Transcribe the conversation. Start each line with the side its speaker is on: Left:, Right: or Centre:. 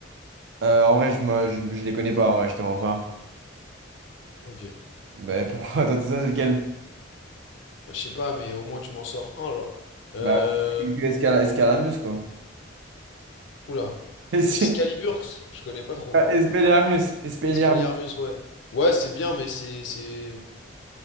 Right: Euh, en vrai, je, me, je, je les connais pas, en vrai, je te mens pas.
Left: Ok.
Right: Bah, pourquoi? <laughs> Attends, ça, c'est lequel?
Left: Je sais pas, mais au moins tu m'en sors un, genre. Euh...
Right: Bah, Escal- Escalamus, quoi.
Left: Oula.
Right: <laughs> Et si-
Left: Excaliburx, je connais pas trop.
Right: Ah, Expelliarmus, Expelliarmus.
Left: Expelliarmus, ouais. Ouais, c'est bien, mais c'est... c'est...